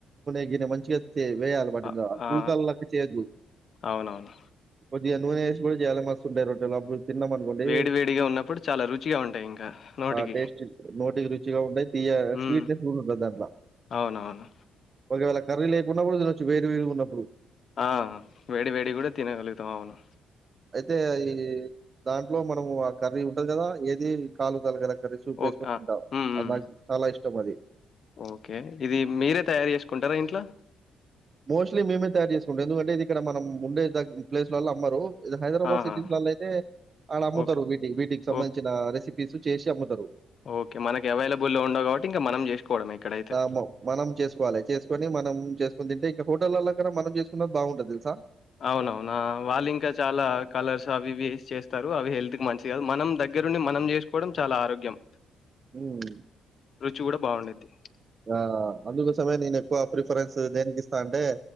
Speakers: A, on the right; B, on the left.
A: ఇడినే మంచిగెత్ సె వేయాలి వాటి
B: అ
A: ఇందులో
B: ఆ!
A: పులకాల చేయొద్దు
B: అవునవును.
A: కొద్దిగా నూనే వేసి కూడా చెయ్యాలి మస్తు ఉంటాయి రొట్టేలు అప్పుడు తిన్నాం అనుకోండి
B: వేడి వేడిగా ఉన్నప్పుడు చాలా రుచిగా ఉంటాయి ఇంకా నోటికి.
A: ఆ టేస్ట్ నోటికి రుచిగా ఉంటాయి తీయ
B: హ్మ్.
A: స్వీట్నెస్ కూడా ఉండదు దాంట్లో
B: అవునవును.
A: ఒకవేళ కర్రీ లేకున్నా కూడా తినచ్చు వేడి వేడి గా ఉన్నప్పుడు.
B: ఆ వేడి వేడి ఉంటే తినగలుగుతాం. అవును.
A: అయితే ఈ దాంట్లో మనము. కర్రీ ఉంటది కదా, ఏది కాలు తల కద కర్రి సూప్ వేసుకొ
B: ఓకే. ఆ!
A: తింటా.
B: హ్మ్. హ్మ్.
A: అది నాకు చాలా ఇష్టం. ఇత్తమది <unintelligible>
B: ఓకే, ఇది మీరే తయారు చేసుకుంటారా ఇంట్లో.
A: మోస్ట్లీ మేమే తయారు చేసుకుంటాం. ఎందుకంటే ఇది ఇక్కడ మనం ఉండే ప్లేస్లలో అమ్మరు. ఇది హైదరాబాద్
B: ఆహా!
A: సిటీల్లలో అయితే ఆడ అమ్ముతారు
B: ఓకే.
A: వీటికి వీటికి సంబంధించిన
B: ఓకే.
A: రెసిపీ. <unintelligible> చేసి అమ్మతారు
B: ఓకే, మనకి అవైలబుల్లో ఉండవు కాబట్టి ఇంకా మనం చేసుకోవడం ఇక్కడైతే.
A: ఆ! మ మనం చేసుకోవాలి. చేసుకొని మనం చే కొని తింటే ఇంకా హోటల్ల దగ్గర మనం చేసుకున్నది బాగుంటాది తెల్సా.
B: అవునవును. వాళ్ళు ఇంకా ఆ చాలా కలర్స్ అవి వేసి చేస్తారు. అవి హెల్త్ కి మంచి కాదు. మనం దగ్గరుండి మనం చేసుకోవడం చాలా ఆరోగ్యం.
A: హ్మ్!
B: రుచి కూడా బాగుండేది.
A: ఆ! అందుకోసమే నేను ఎక్కువ ప్రిఫరెన్స్ దేనికిస్తా అంటే